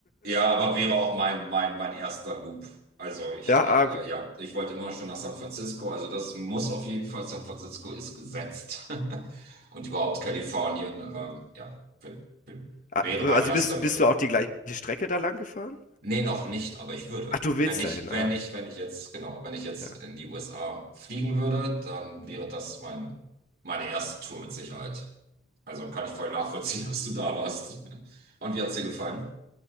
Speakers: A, on the right; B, on the left.
A: Ja, aber wäre auch mein, mein, mein erster Loop. Also ich,
B: Ja,
A: ich äh,
B: ah,
A: ja, ich wollte immer schon nach San Francisco. Also das muss auf jeden Fall, San Francisco ist gesetzt. <laughs> Und überhaupt Kalifornien, ähm, ja, w- w-
B: ah,
A: wäre
B: also
A: mein erster
B: bist, bist
A: Loop.
B: du auch die gleiche Strecke da lang gefahren?
A: Nee, noch nicht, aber ich würde.
B: Ach, du willst
A: Wenn ich,
B: dahin, ah,
A: wenn ich,
B: okay.
A: wenn ich jetzt, genau, wenn ich jetzt
B: Ja.
A: in die USA fliegen würde, dann wäre das mein, meine erste Tour mit Sicherheit. Also kann ich voll nachvollziehen, <laughs> dass du da warst. <laughs> Und wie hat's dir gefallen?